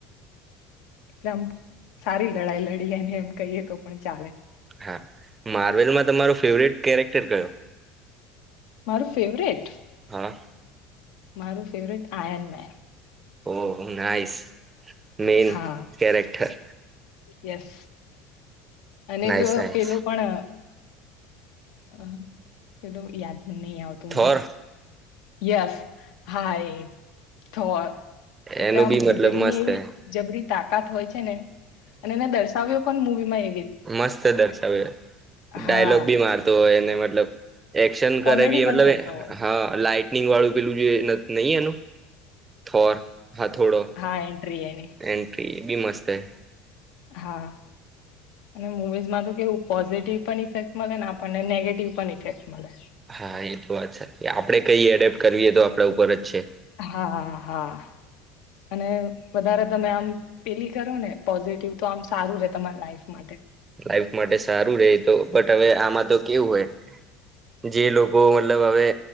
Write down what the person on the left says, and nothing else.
એટલેઅમ સારી લડાઈ લડી એને એમ કહીએ તો પણ ચાલે
મારું ફેવરેટ
મારું ફેવરેટ આયન્વય
હા
યસ અનેક
પેલો પણ અહ પેલું યાદ પણ નહી આવતું
મને યસ હા એ થવા એટલે
આમ
વીજળી
ની એવી
જબરી તાકાત હોય છે ને અને એને દર્શાવ્યો પણ મુવી માં
હા
કોમેડી
પણ
કરતા હોય
હા એન્ટ્રી એની
હા અને મુવીઝમાં તો કેવુ પોઝિટિવ પણ ઇફેક મલેને આપણ ને નેેગેટીવ પણ ઇફેક્ટ મળે
હા હા અને વધારે તમે આમ પેલી કરો ને પોઝિટિવ તો આમ સારું રે તમારી લાઈફ માટે